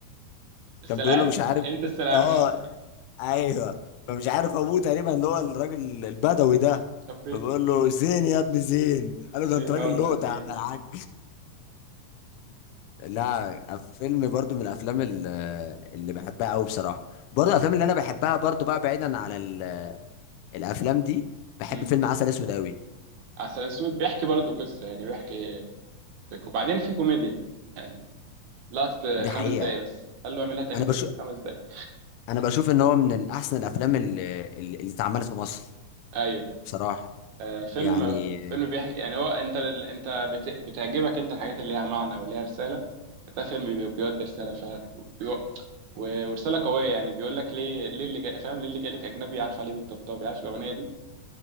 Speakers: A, on the right; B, on the left.
A: <laughs> السلاوي
B: كان بيقول له مش عارف
A: انت السلاوي
B: اه
A: <laughs>
B: ايوه فمش عارف ابوه تقريبا اللي هو الراجل البدوي ده
A: خبيت
B: فبيقول له زين يا ابن زين قال له ده
A: زينه
B: انت راجل
A: ولا
B: لقطه
A: زينه
B: يا عم الحاج لا فيلم برضو من الافلام ال- اللي بحبها قوي بصراحه برضو الافلام اللي انا بحبها برضو بقى بعيدا عن ال- الافلام دي بحب
A: امم
B: فيلم عسل اسود قوي
A: عسل اسود بيحكي برضه قصه يعني بيحكي وبعدين في كوميديا يعني لقطه
B: دي
A: خمس
B: حقيقه
A: دقايق بس قال له اعملها تاني
B: انا بشوف
A: كده خمس دقايق
B: انا بشوف ان هو من احسن الافلام اللي, اللي اللي اتعملت في مصر
A: ايوه
B: بصراحه
A: آه، فيلم
B: يعني
A: فيلم بيحكي يعني هو انت انت بت- بتعجبك انت الحاجات اللي ليها معنى وليها رسالة ده فيلم بي- بيودي رسالة فعلا وبيو- و- ورسالة قوية يعني بيقول لك ليه ليه اللي جاي فاهم ليه اللي جاي لك أجنبي عارف عليه بالطبطاب عارف الأغنية دي